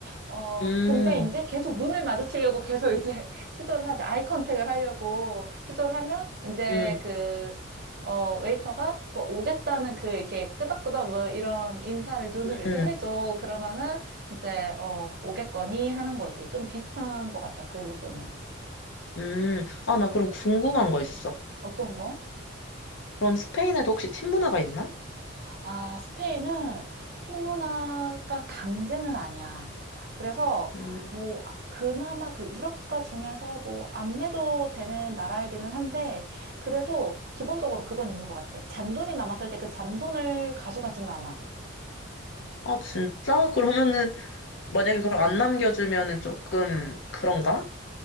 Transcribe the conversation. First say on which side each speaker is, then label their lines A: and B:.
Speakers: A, on the right (about 50°); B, on the left (about 65°).
A: 어,
B: 음,
A: 근데 이제 계속 눈을 마주치려고 계속 이제 <laughs> 시도를 하지. 아이 컨택을 하려고 시도를 하면 이제
B: 음,
A: 그, 어, 웨이터가 뭐 오겠다는 그 이렇게 끄덕끄덕 뭐 이런 인사를 눈으로 이렇게
B: 음,
A: 해줘. 그러면은 이제, 어, 오겠거니 하는 거지. 좀 비슷한 것 같다. 그 부분은.
B: 음. 아, 나 그럼 궁금한 거 있어.
A: 어떤 거?
B: 그럼 스페인에도 혹시 팀 문화가 있나?
A: 아, 스페인은 팀 문화가 강제는 아니야. 그래서
B: 음,
A: 뭐 아, 그나마 그 유럽 국가 중에서 뭐 안 내도 되는 나라이기는 한데 그래도 기본적으로 그건 있는 것 같아. 잔돈이 남았을 때 그 잔돈을 가져가지는 않아.
B: 아, 진짜? 그러면은, 만약에 그걸 안 남겨주면은 조금 그런가?